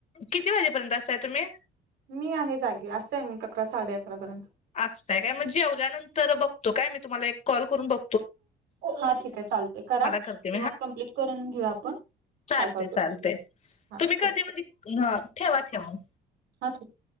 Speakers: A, on the left; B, on the right.
A: किती वाजेपर्यंत असताय तुम्ही.
B: मी आहे जागे असते, मी अकरा साडे अकरापर्यंत.
A: असताय काय मग जेवल्यानंतर बघतो, काय मी तुम्हाला कॉल करून ब
B: हा ठीक आहे चालतंय करा,
A: करते
B: मग कम्पलीट करून घेऊ आपण.
A: चालतंय
B: काय काय
A: चालतंय
B: होते हा
A: तुम्ही,
B: ठीक
A: कधी म्हणजे ठेवा ठेवा.
B: <unintelligible>